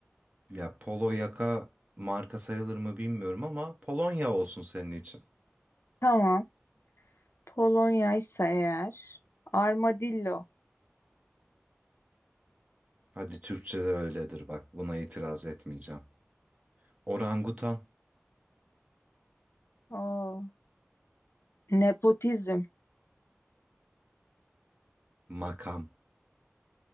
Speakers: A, on the right (about 30°); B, on the left (about 60°).
A: Ya polo yaka marka sayılır mı bilmiyorum ama Polonya olsun senin için.
B: Tamam, Polonya ise eğer. Armadillo.
A: Hadi Türkçe'de öyledir bak. Buna itiraz etmeyeceğim. Orangutan.
B: Oo. Nepotizm.
A: Makam.